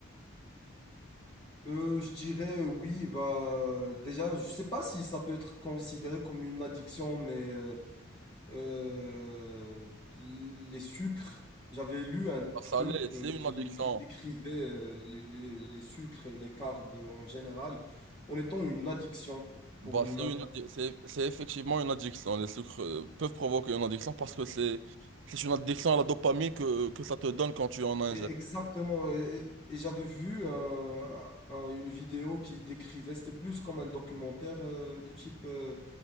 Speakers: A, on the left; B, on the right.
A: Euh, je dirais euh, oui, bah déjà, je sais pas si ça peut être considéré comme une addiction, mais euh, euh, les sucres, j'avais lu un truc
B: Ça l'est, c'est
A: euh,
B: une
A: qui,
B: addiction.
A: qui décrivait euh, les, les- les sucres et les carbs euh, en général en étant une addiction pour
B: Bah,
A: l'humain.
B: c'est une addi- c'est c'est effectivement une addiction. Les sucres euh, peuvent provoquer une addiction parce que c'est c'est une addiction à la dopamine que, que ça te donne quand tu en ingères.
A: Et Exactement. Et, et- et j'avais vu un- un- une vidéo qui décrivait, c'était plus comme un documentaire euh, de type euh,